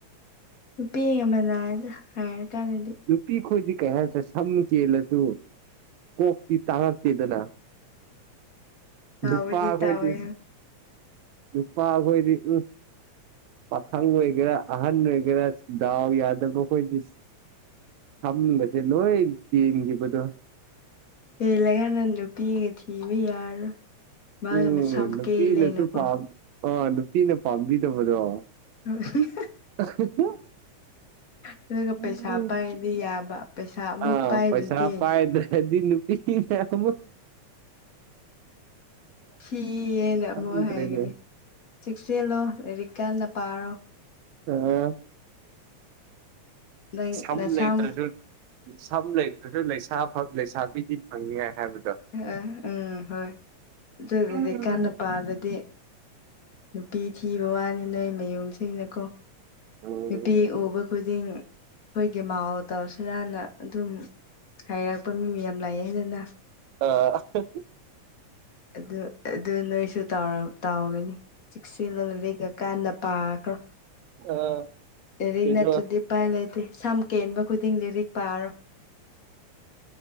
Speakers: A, on the left; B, on the right.
A: ꯅꯨꯄꯤꯒ ꯃꯥꯟꯅꯩꯗ ꯍꯥꯏꯔ ꯀꯥꯟꯗꯗꯤ
B: ꯅꯨꯄꯤ ꯈꯣꯏꯗꯤ ꯀꯩ ꯍꯥꯏꯁꯦꯔ ꯁꯝ ꯀꯦꯜꯂꯁꯨ ꯀꯣꯛꯇꯤ ꯇꯥꯡꯉꯛꯇꯦꯗꯅ
A: ꯇꯥꯎꯕꯗꯤ
B: ꯅꯨꯄꯥ ꯑꯩꯈꯣꯏꯗꯤ
A: ꯇꯥꯎꯋꯦ
B: ꯅꯨꯨꯄꯥ ꯑꯩꯈꯣꯏꯗꯤ ꯎꯝ ꯄꯥꯈꯪ ꯑꯣꯏꯒꯦꯔꯥ ꯑꯍꯟ ꯑꯣꯏꯒꯦꯔꯥ ꯗꯥꯎ ꯌꯥꯗꯕ ꯈꯣꯏꯗꯤ ꯁꯝꯒꯁꯦ ꯂꯣꯏ ꯀꯦꯟꯒꯤꯕꯗꯣ
A: ꯀꯦꯜꯂ ꯀꯥꯟꯗ ꯅꯨꯄꯤꯒ ꯊꯤꯕ ꯌꯥꯔꯔꯣꯏ ꯃꯥꯒ
B: ꯎꯝ
A: ꯃꯁꯝ
B: ꯅꯨꯄꯤꯅꯁꯨ
A: ꯀꯦꯜꯂꯦꯅꯀꯣ
B: ꯄꯥꯝ ꯑꯥ ꯅꯨꯄꯤꯅ ꯄꯥꯝꯕꯤꯗꯕꯗꯣ
A: <unintelligible>
B: <unintelligible>
A: ꯑꯗꯨꯒ
B: <unintelligible>
A: ꯄꯩꯁꯥ ꯄꯥꯏꯔꯗꯤ ꯌꯥꯕ ꯄꯩꯁꯥ ꯑꯃꯨꯛ
B: ꯑꯥ
A: ꯄꯥꯏꯗ꯭ꯔꯗꯤ
B: ꯄꯩꯁꯥ ꯄꯥꯏꯗꯦ <unintelligible> ꯅꯨꯄꯤꯅꯤꯅ ꯑꯃꯨꯛ
A: ꯊꯤꯌꯦꯅ
B: ꯈꯪꯗ꯭ꯔꯦꯅꯦ
A: ꯑꯃꯨꯛ ꯍꯥꯏꯒꯅꯤ ꯆꯦꯛꯁꯟꯂꯣ ꯂꯥꯏꯔꯤꯛ ꯀꯟꯅ ꯄꯥꯥꯔꯣ
B: <unintelligible>
A: ꯅꯪ
B: ꯁꯝ
A: ꯅꯁꯝ
B: ꯂꯩꯇ꯭ꯔꯁꯨ ꯁꯝ ꯂꯩꯇ꯭ꯔꯁꯨ ꯂꯩꯁꯥꯐ ꯂꯩꯁꯥꯕꯤꯗꯤ ꯐꯪꯅꯤꯏ ꯍꯥꯏꯕꯗꯣ
A: ꯑ ꯎꯝ ꯍꯣꯏ ꯑꯗꯨꯗꯗꯤ
B: ꯎꯝ
A: ꯀꯥꯟꯅ ꯄꯥꯗ꯭ꯔꯗꯤ ꯅꯨꯄꯤ ꯊꯤꯕ ꯋꯥꯅꯤ ꯅꯣꯏ ꯃꯌꯨꯝꯁꯤꯡꯅꯀꯣ
B: ꯎꯝ
A: ꯅꯨꯄꯤ ꯎꯕ ꯈꯨꯗꯤꯡ ꯑꯩꯈꯣꯏꯒꯤ ꯃꯥꯎ ꯇꯧꯁꯤꯔꯅ ꯑꯗꯨꯝ ꯍꯥꯏꯔꯛꯄ ꯃꯤ ꯃꯌꯥꯝ ꯂꯩꯌꯦꯅ ꯅ
B: <unintelligible>
A: ꯑꯗꯨ ꯑꯗꯨ ꯅꯣꯏꯁꯨ ꯇꯥꯎꯔꯝ ꯇꯥꯎꯔꯤꯅꯤ ꯆꯦꯛꯁꯤꯜꯂ ꯂꯥꯏꯔꯤꯛꯀꯥ ꯀꯟꯅ ꯄꯥꯈ꯭ꯔꯣ
B: ꯑꯥ
A: ꯂꯥꯏꯔꯤꯛ
B: ꯀꯩꯅꯣ
A: ꯅꯠꯇ꯭ꯔꯗꯤ ꯎꯄꯥꯏ ꯂꯩꯇꯦ ꯁꯝ ꯀꯦꯟꯕ ꯈꯨꯗꯤꯡ ꯂꯥꯏꯔꯤꯛ ꯄꯥꯔꯣ